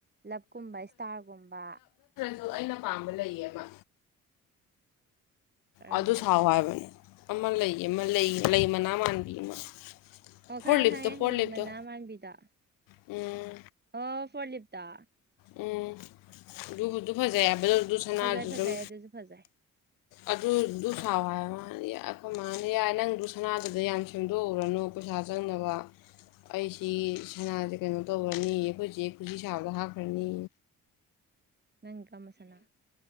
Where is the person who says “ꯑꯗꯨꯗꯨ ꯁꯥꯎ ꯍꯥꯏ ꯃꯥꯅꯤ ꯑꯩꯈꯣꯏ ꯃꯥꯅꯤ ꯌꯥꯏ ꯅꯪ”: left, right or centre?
Left